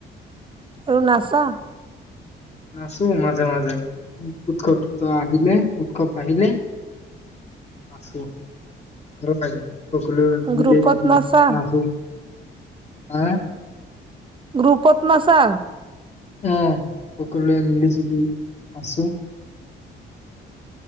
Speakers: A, on the right (about 25°); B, on the left (about 35°).
A: আৰু নাছা
B: নাচো মাজে, মাজে। উৎসৱ টোৎসব আহিলে। উৎসব আহিলে নাচো। আৰু <unintelligible> সকলো মিলি
A: গ্ৰুপত
B: জুলি
A: নাচা?
B: নাচো। আহ।
A: গ্ৰুপত নাচা।
B: আহ সকলোৱে মিলি জুলি নাছো।